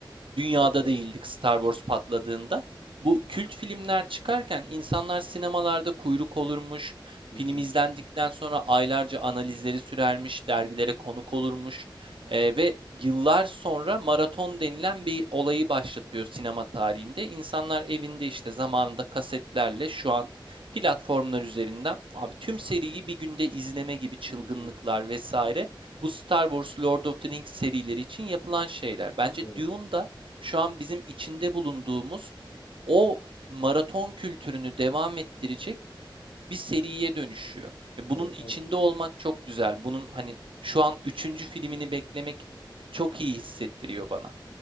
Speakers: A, on the right; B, on the left.
A: dünyada
B: Çok da.
A: değildik Star Wars patladığında. Bu kült filmler çıkarken insanlar sinemalarda kuyruk olurmuş,
B: Hı
A: film
B: hı,
A: izlendikten sonra aylarca analizleri sürermiş, dergilere konuk olurmuş eee, ve yıllar sonra maraton denilen bir olayı başlatıyor sinema tarihinde. İnsanlar evinde işte zamanında kasetlerle şu an platformlar üzerinden abi tüm seriyi bir günde izleme gibi çılgınlıklar
B: hı hı.
A: vesaire bu Star Wars, Lord of the Rings serileri için yapılan şeyler. Bence
B: Evet.
A: Dune da şu an bizim içinde bulunduğumuz o maraton kültürünü devam ettirecek bir seriye dönüşüyor. E,
B: Evet
A: Bunun içinde
B: haklısın.
A: olmak çok güzel. Bunun hani şu an üçüncü filmini beklemek çok iyi hissettiriyor bana.